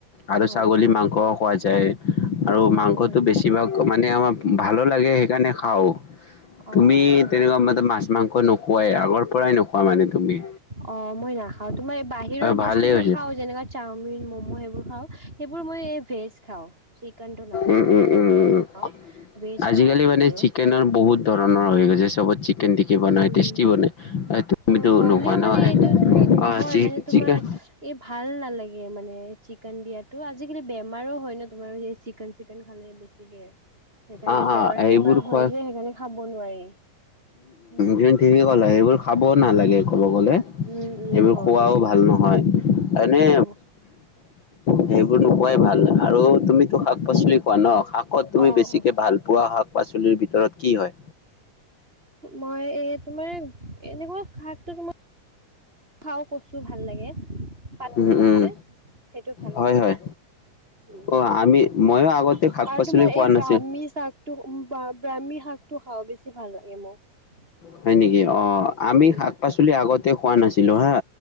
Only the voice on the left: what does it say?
আৰু
ছাগলী
মাংসও খোৱা যায় আৰু
মাংসটো
বেছিভাগ মানে আমাৰ ভালো লাগে সেইকাৰণে খাওঁ
তুমি
তেনেকুৱা
মতে মাছ মাংস নো খোৱাই আগৰ পৰাই নোখোৱা মানে তুমি।
ভালেই হৈছে
উম, উম,
উম,
উম
উ
আজিকালি
মানে চিকেনৰ বহুত ধৰণৰ হৈ গৈছে। <unintelligible> তেনন্দেকি বনাই
টেষ্টি বনাই তুমো
নোৱা ন
আহ,
অ,
চিকেন
অ
অ সেইবোৰ
খোৱা
যেন
ঠিকে
ক'লা সেইবোৰ খাবওঁ নালাগে। ক'ব গ'লে
সেইবোৰ
খোৱাও
ভাল নহয়
এনে।
সেইবোৰ নোপোৱাই ভাল আৰু তুমিতো শাক পাচলি খোৱা ন শাকত তুমি
বেছি পোৱা শাক পাচলিৰ ভিতৰত কি হয়।
উম
উম
হয়
হয়
অ আমি ময়ো আগতে শাক
পাচলি
খোৱা
নাছিল
হয় নেকি অ, আমি
শাক পাচলি আগতে খোৱা নাছিলো হা।